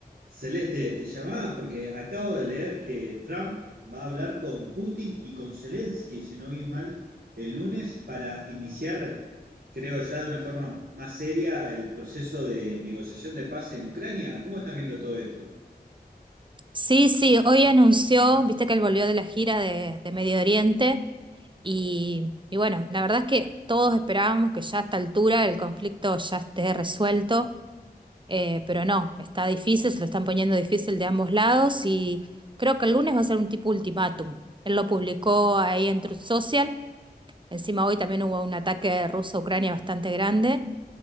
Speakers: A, on the right; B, on the right.
A: Celeste, te llamaba porque acabo de leer que Trump va a hablar con Putin y con Zelensky, si no vi mal, el lunes para iniciar, creo ya de una forma más seria, el proceso de negociación de paz en Ucrania. ¿Cómo estás viendo todo esto?
B: Sí, sí, hoy anunció, viste que él volvió de la gira de, de Medio Oriente y, y bueno, la verdad es que todos esperábamos que ya a esta altura el conflicto ya esté resuelto, eh, pero no, está difícil, se lo están poniendo difícil de ambos lados y creo que el lunes va a ser un tipo ultimátum. Él lo publicó ahí en Truth Social, encima hoy también hubo un ataque ruso a Ucrania bastante grande